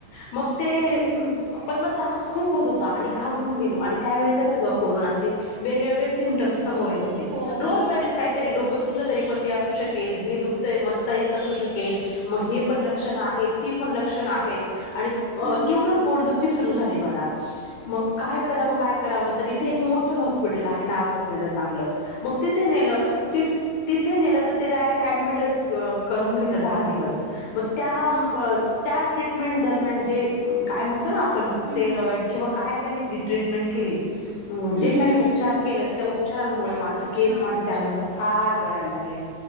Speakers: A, on the left; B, on the right.
A: मग ते
B: हं, हं.
A: पण मग त्रास खूप होत होता आणि घाबरून गेलो आणि त्यावेळी कसं ग कोरोनाचे वेगळेवेगळे सिम्टम्स समोर येत होते,
B: हो,
A: रोज
B: हो,
A: नवीन काहीतरी
B: हो.
A: डोकदु तरी पण ते असू शकेल, हे दुखतय मता असू शकेल मग हे पण लक्षणं आहेत ती पण लक्षण आहेत. आणि
B: हं.
A: तीव्र पोटदुखी सुरु झाली मला, मग काय कराव काय कराव, इथे एक मोठ हॉस्पिटल आहे नावाजलेल चांगलं मग तिथे नेलं,
B: अच्छा.
A: तिथे
B: हं.
A: नेलं तर तिथे डायरेक्ट ॲडमिटच करुन घेतल दहा दिवस, मग त्या
B: हां.
A: ट्रीट् टमेंट दरम्यान जे काय म्हणतो ना आपण, स्टेरॉइड
B: हं, हं.
A: किंवा काय त्यांनी जी ट्रीटमेंट केली अ
B: हं,
A: जे काही
B: हं,
A: उपचार
B: हं.
A: केले, तर त्या उपचारांमुळे मात्र
B: अच्छा
A: केस माझे त्यानंतर फार गळायला लागले,